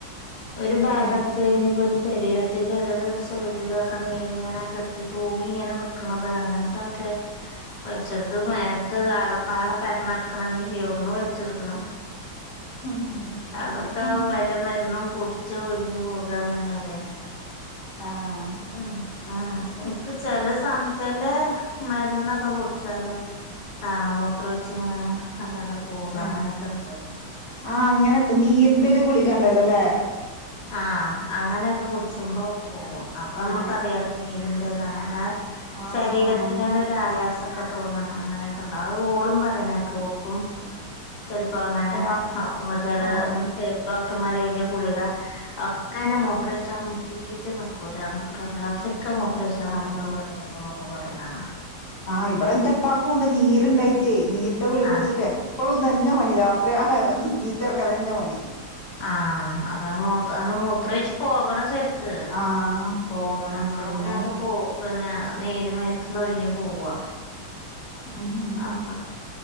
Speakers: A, on the left; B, on the left.
A: ഒരു
B: ഏഹ്
A: ഭാഗത്ത് ഞ്ഞ്പ്പാെരു സെരീരത്തിന്റെ ഏതേലാെരു സെയ്ഡിലൊക്കെ നീര്ങ്ങെനെ കെട്ടി തൂങ്ങിങ്ങെനെ നിക്ക്ണത് അങ്ങൻത്തൊക്കെ വൽച്ചെട്ത്ത് മേത്ത്താകപ്പാടെ പര്ന്നട്ക്ക്ണെ നീരിയോട്ന്ന് വൽച്ചെട്ക്ക്ണ്
B: അത് ശരിയാ
A: അതൊക്കാ വലം മര്ന്നും കുട്ച്ച് ഒയ്ഞ്ഞ് പോകാന്നല്ലാതെ
B: ആഹ്
A: ഉം ആഹ് ഇൻക്ക് ചെലെ സം ചെലെ മെര്ന്നൊക്കെ കുട്ച്ചാലും അങ്ങനെ മു ത്രാെയ്‌ച്ച്ങ്ങെനെ അല്ലാതെ പോവാ
B: ആഹ്
A: അങ്ങെനെക്കെ ണ്ടാവല്ലാേ
B: ആഹ് അങ്ങെനെണ്ട് നീരിന്റെ ഒര് ഗുളികണ്ടല്ലാെലേ
A: ആഹ് അങ്ങനെയൊക്കെ കുട്ച്ചുമ്പം പോകും അപ്പമ്മക്കറിയാലോ
B: ആഹ്
A: നീര്ന്റതാണ്
B: ആഹ്
A: ശരീര
B: ആഹ്
A: ത്ത്കാണ്ടൊരു ആയാസാെക്കെ തോന്ന്ണ് അങ്ങനെക്കെണ്ടാ അത് ഓളും പറീണേക്ക ഓക്കും ചെൽപ്പം അങ്ങെനെ
B: ഏഹ് ആഹ്
A: ഓ ചെലെ
B: ആഹ്
A: വ് ഡോക്ടർമാരെയ്ത്യ ഗുളിക ഒക്കെനെ മൂത്രെയ്ച്ചാം മുട്ടീട്ട് നിക്കൂലാന്ന് <unintelligible> രാത്ര്യൊക്കെ മൂത്രയ്ച്ചാൻ നട്ക്ക്ണെ
B: ആഹ്
A: പണ്യേന്നുന്നൊക്കെ പറീണാണാ
B: ആഹ് ഇബടെ ഇന്റെപ്പാക്കൂണ്ട് നീര്ണ്ടായ്ട്ടേ നീര്ന്റെ ഗുളിക കുട്ച്ച്ട്ടെ
A: ആഹ്
B: പ്പളും ഇതെന്നെ പണി രാത്രി ആയാ നീച്ചട്ക്കലെന്നെ പണി
A: ആഹ് അതാ മൂ അ മൂത്രാെയ്ച്ച് പോകണം സെര്ക്ക്
B: ആഹ് പോകണം
A: അപ്പളാണത്
B: അതന്നെ
A: പോ പ്ന്നെ നീര് മേത്ത്ന്നൊയ്ഞ്ഞ് പോവാ
B: ഉം
A: അങ്ങനെ